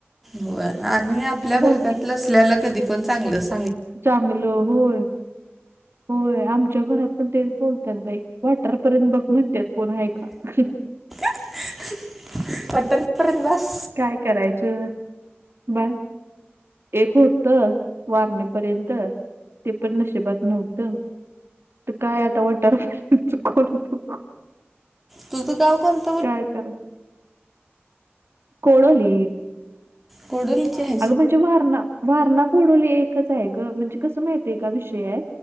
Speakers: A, in the centre; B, on the right.
A: होय आणि आपल्या भागात
B: बघ
A: असलेलं कधी पण चांगलंच.
B: चांगल होय. होय आमच्या घरात पण तेच बोलत्यात बाई वाटारपर्यंत बघ म्हणत्यात कोण आहे का? <inaudible>
A: <unintelligible> तिथंपर्यंत बास
B: काय करायचं बाय <inaudible> एक होत वारणेपर्यंत ते पण नशिबात नव्हतं. काय आता वाटारच कौतुक <inaudible> कोन बघू?
A: तुझं गाव कोणत?
B: कायतरी.. कोडोली.
A: कोडोलीचे हायेत?
B: अगं म्हणजे वारणा- वारणा कोडोली एकच आहे गं म्हणजे कसं माहित आहे का विषय हाय